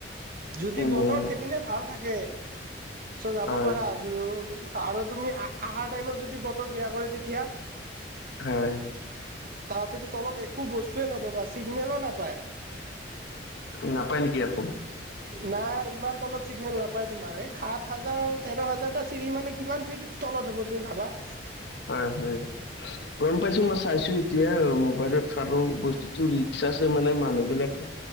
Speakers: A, on the right; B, on the left.
A: যদি
B: উম
A: বতৰ সেদিনে ভাল থাকে চ যাব
B: হয়
A: পাৰা। জো আৰু তুমি আহাৰ টাইমত যদি বতৰ বেয়া কৰে তেতিয়া।
B: হয়।
A: তাহতেতো তলত একো বস্তুয়ে নাপাবা চিগনেলো নাপায়।
B: নাপায় নেকি একো।
A: নাই, ইমান তলত চিগনেল নাপাই তোমাৰ সাত হাজাৰ তেৰ হাজাৰটা চিৰি মানে কিমান ফীট তলত হব তুমি ভাবা।
B: হয় হয়। গম পাইছো মই চাইছো এতিয়া, মোবাইলত আৰু বস্তুতটো ৰিক্স আছে মানে মানুহ বিলাকে